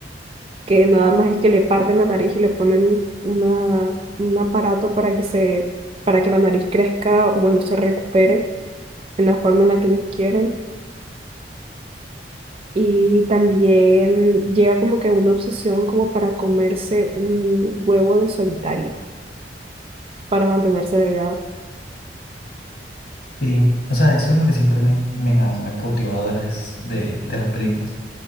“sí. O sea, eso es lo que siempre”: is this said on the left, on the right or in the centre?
Left